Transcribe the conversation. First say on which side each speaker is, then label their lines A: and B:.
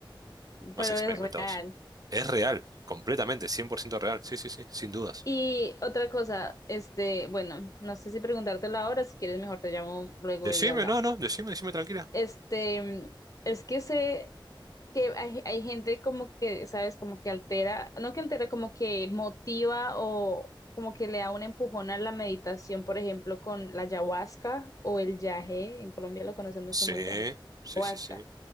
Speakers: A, on the right (about 45°); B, on the left (about 40°).
A: más
B: pero
A: experimentados.
B: es real.
A: Es real, completamente, 100% real. Sí, sí, sí, sin dudas.
B: Y otra cosa, este, bueno, no sé si preguntártela ahora, si quieres mejor te llamo luego
A: Decime,
B: y hablamos.
A: no, no, decime, decime tranquila.
B: Este, es que se que hay, hay gente como que, ¿sabes? Como que altera, no que altera, como que motiva o como que le da un empujón a la meditación, por ejemplo, con la ayahuasca o el yagé, en Colombia lo conocemos
A: Sí,
B: como el yagé,
A: sí,
B: ayahuasca,
A: sí, sí.